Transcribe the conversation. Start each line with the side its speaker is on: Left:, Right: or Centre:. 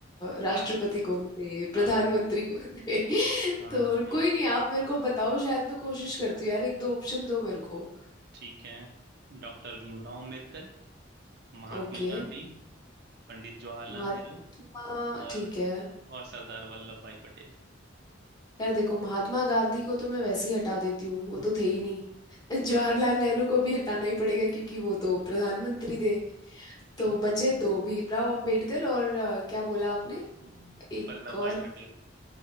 Left: राष्ट्रपति
Right: फर्स्ट
Left: कौन थे प्रधानमंत्री
Right: हाँ
Left: कौन थे <laughs>
Right: हाँ
Left: तो
Right: हाँ
Left: कोई नहीं आप मेरे को बताओ शायद मैं कोशिश करती हूँ यार एक दो ऑप्शन दो मेरे को
Right: ठीक है डॉक्टर भीमराव अंबेडकर महात्मा
Left: ओके
Right: गांधी पंडित जवाहरलाल
Left: महात्मा
Right: नेहरू और
Left: ठीक है
Right: और सरदार वल्लभ भाई पटेल
Left: यार देखो महात्मा गांधी को तो मैं वैसे ही हटा देती हूँ वो
Right: हम्म,
Left: तो थे ही नहीं <laughs> जवाहरलाल
Right: बिल्कुल
Left: नेहरू को भी हटाना ही पड़ेगा क्योंकि वो तो प्रधानमंत्री थे
Right: ठीक
Left: तो
Right: है
Left: बचे दो भीमराव अंबेडकर और अ, क्या बोला आपने
Right: हम्म,
Left: एक
Right: वल्लभ
Left: और
Right: भाई पटेल